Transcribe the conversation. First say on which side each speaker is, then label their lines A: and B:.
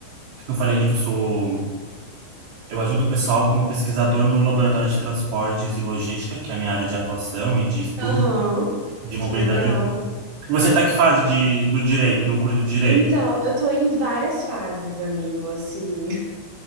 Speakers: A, on the right (about 80°); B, on the right (about 55°).
A: Eu falei ali que eu sou, eu ajudo o pessoal como pesquisador no laboratório de transportes e logística, que é a minha área de atuação e de estudo.
B: Aham.
A: de
B: Que
A: mobilidade
B: legal.
A: urbana. Você tá que fase de, do direito, do curso de direito?
B: Então, eu tô em várias fases, amigo, assim.